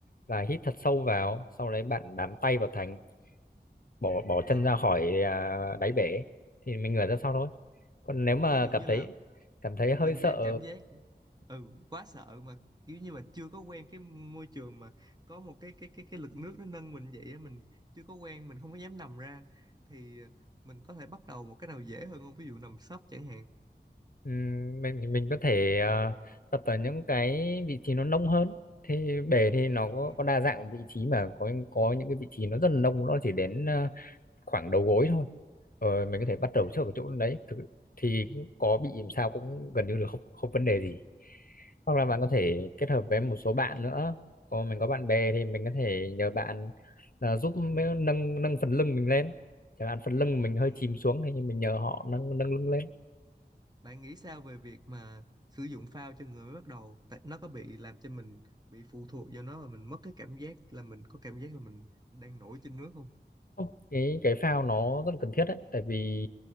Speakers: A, on the left (about 50°); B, on the right (about 20°).
A: và hít thật sâu vào sau đấy bạn bám tay vào thành bỏ bỏ
B: wow
A: chân ra khỏi à, đáy bể thì mình ngửa ra sau thôi còn nếu mà
B: ví dụ
A: cảm
B: như
A: thấy
B: là
A: cảm thấy hơi
B: mình
A: sợ
B: đang cảm giác ừ quá sợ mà kiểu như mà chưa có quen cái môi trường mà có một cái cái cái cái lực nước nó nâng mình vậy á mình chưa có quen mình không có dám nằm ra thì ờ, mình có thể bắt đầu một cái nào dễ hơn không ví dụ nằm sấp chẳng hạn
A: ừm, mình mình có thể à, tập ở những cái vị trí nó nông hơn thì bể thì
B: ừ
A: nó có, có đa dạng vị trí mà có có những cái vị trí nó rất là nông nó chỉ đến à, khoảng đầu gối thôi rồi mình có thể bắt đầu
B: à
A: trước ở chỗ đấy thực, thì có bị làm sao cũng gần như là không không vấn đề gì hoặc là bạn có thể kết hợp với một số bạn nữa còn mình có bạn bè thì mình có thể nhờ bạn là giúp mấy-
B: ừ
A: nâng nâng phần lưng mình lên chẳng hạn phần lưng mình hơi
B: Ừ.
A: chìm xuống thì mình nhờ họ nâng nâng lưng lên
B: Bạn nghĩ sao về việc mà sử dụng phao cho người mới bắt đầu Tại nó có bị làm cho mình bị phụ thuộc vào nó và mình mất cái cảm giác là mình có cảm giác là mình đang nổi trên nước không?
A: Không, cái cái phao nó rất là cần thiết đấy tại vì